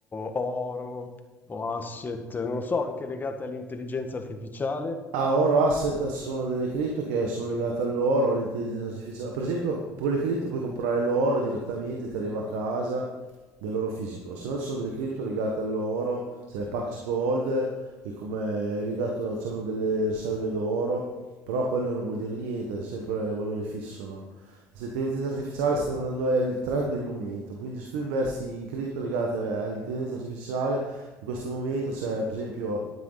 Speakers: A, on the left; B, on the right.
A: oro o asset, non lo so, anche legate all'intelligenza artificiale.
B: Ah, oro asset sono delle cripto che sono legate all'oro, all'intelligenza artificiale. Per esempio, con le cripto puoi comprare l'oro direttamente, ti arriva a casa dell'oro fisico. Se no ci sono delle cripto legate all'oro, c'è Pax Gold, che come è legato, hanno delle riserve d'oro, però quello non vuol dire niente, è sempre valore fisso, no? Questa intelligenza artificiale
A: Sì.
B: sta
A: eh.
B: andando, è il trend del momento, quindi se tu investi in cripto legate all'intelligenza artificiale, in questo momento c'è per esempio